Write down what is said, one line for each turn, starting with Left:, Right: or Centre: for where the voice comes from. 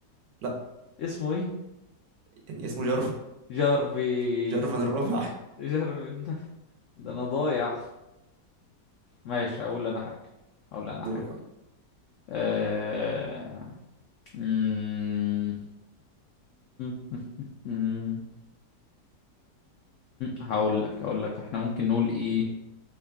Right: لا
Left: اسمه ايه
Right: يعني اسمه جارفن
Left: جارفين
Right: جارفن الرابع
Left: جارفين <laughs> ده انا ضايع ماشي هقول انا حاجة هقول انا
Right: دورك
Left: حاجة
Right: يا عم
Left: أه... مم. <laughs> م-م. هقول لك هقول لك احنا ممكن نقول ايه